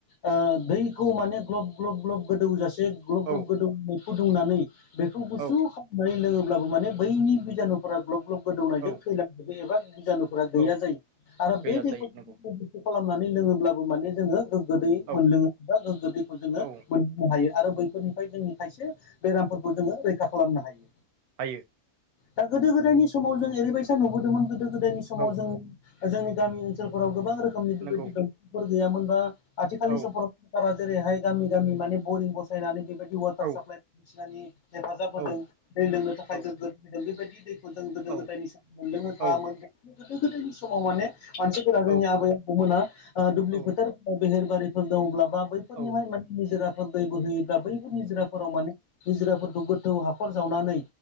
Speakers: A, on the left (about 65°); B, on the right (about 75°).
A: ओ दैखौ माने ग्लब ग्लब ग्लब गोदौजासे ग्लब
B: औ
A: ग्लब गोदौ औ फुदुंनानै बेखौ गुसु
B: औ
A: ख मनानै लोङोब्लाबो माने बैनि बिजानुफोरा ग्लब ग्लब गोदौनायजों
B: औ
A: थैलांजोबो एबा बिजानु फोरा
B: औ
A: गैया जायो आरो
B: गैया
A: बै दैखौ
B: जायो नंगौ
A: <unintelligible> खालामनानै लोङोब्लाबो माने जोङो गोदै
B: औ
A: मोनलोङो बा गोग्गो दैखौ जोङो
B: औ
A: मोन नो हायो आरो बैफोरनिफ्राय जोंनि खायसे बेरामफोरखौ जोङो रैखा खालामनो हायो
B: हायो
A: दा गोदो गोदायनि समाव जों ओरैबायसा नुबोदोंमोन गोदो गोदायनि समाव
B: औ
A: जों ओ जोंनि गामि ओनसोलफोराव गोबां रोखोमनि बेबायदि
B: नंगौ
A: डंफांफोर गैयामोन बा आथिखालनि
B: औ
A: समफोराव सरकारा जेरैहाय गामि-गामि माने बरिं बसायनानै बेबायदि वाटार
B: औ
A: साप्लाइ बायदिसिनानि हेफाजाब
B: औ
A: होदों दै लोंनो थाखाय
B: औ
A: गोग्गो बेबायदि दैखौ जों गोदो
B: औ
A: गोदायनि मोनलोंनो
B: औ
A: थाङामोन गो गोदनि समाव माने मानसिफोरा
B: औ
A: जोंनि आबै आबौ मोना ओ दुब्लि
B: औ
A: फोथार बेहेरबारिफोर दङब्ला बा बैफोरनिहाय
B: औ
A: माने निजिराफोर दै बोहयोब्ला बैफोर निजिराफोराव माने निजिराफोरखौ गोथौ हाखर जावनानै